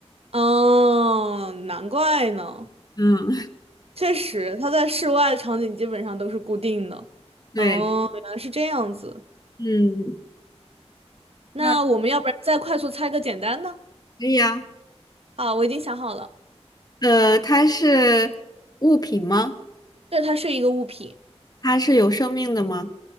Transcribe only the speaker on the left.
嗯，
对，
嗯，
那可以啊。
呃，它是物品吗？
它是有生命的吗？